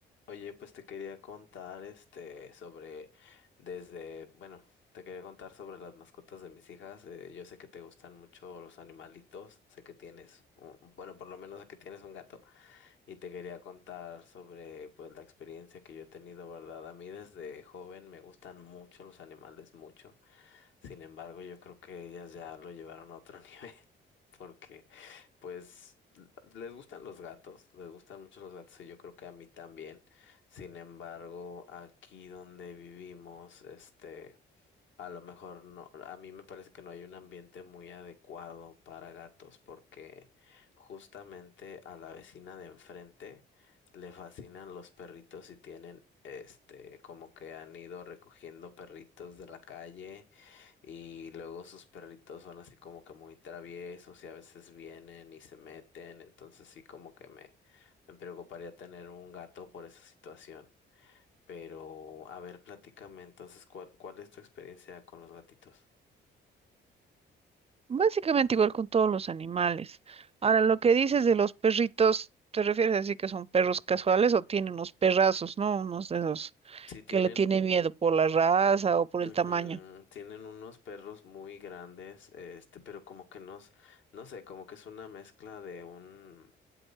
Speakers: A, on the left (about 70°); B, on the right (about 30°).
A: Oye, pues te quería contar este sobre desde, bueno, te quería contar sobre las mascotas de mis hijas. Eh, yo sé que te gustan mucho los animalitos, sé que tienes, un- bueno, por lo menos sé que tienes un gato y te quería contar sobre pues la experiencia que yo he tenido, ¿verdad? A mí desde joven me gustan mucho los animales, mucho. Sin embargo, yo creo que ellas ya lo llevaron a otro <laughs> nivel porque pues les gustan los gatos, les gustan mucho los gatos y yo creo que a mí también. Sin embargo, aquí donde vivimos, este, a lo mejor no, a mí me parece que no hay un ambiente muy adecuado para gatos porque justamente a la vecina de enfrente le fascinan los perritos y tienen, este, como que han ido recogiendo perritos de la calle y luego sus perritos son así como que muy traviesos y a veces vienen y se meten, entonces sí como que me, me preocuparía tener un gato por esa situación. Pero, a ver, platícame entonces, ¿cuál, cuál es tu experiencia con los gatitos?
B: Básicamente igual con todos los animales. Ahora, lo que dices de los perritos, ¿te refieres así que son perros casuales o tienen unos perrazos, ¿no? Unos de esos
A: Sí tienen,
B: que le tienen miedo por la raza o por
A: ujú,
B: el tamaño.
A: tienen unos perros muy grandes, este, pero como que no, s- no sé, como que es una mezcla de un